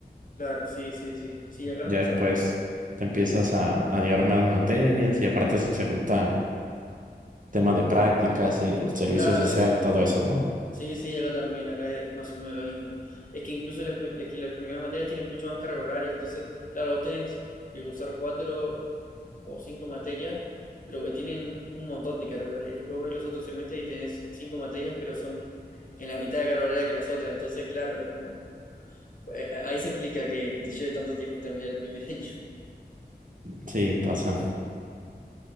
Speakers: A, on the left; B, on the right.
A: Claro, sí, sí, sí. Sí, acá
B: Ya
A: pasa.
B: después te empiezas a, a llevar menos materias y aparte se junta tema de prácticas y el servicio
A: Claro,
B: social,
A: eso.
B: todo eso, ¿no?
A: Sí, sí, acá también, acá es más o menos lo mismo. Es que incluso las, pri- es que las primeras materias tienen mucho más carga horaria, entonces, claro, vos tenés que cursar cuatro o cinco materias, pero que tienen un montón de carga horaria. Y después ves los otros semestres y tenés cinco materias, pero son en la mitad de carga horaria que las otras, entonces, claro, es como... eh, eh, Ahí se explica que, que te lleve tanto tiempo terminar el primer <laughs> año.
B: Sí, pasa.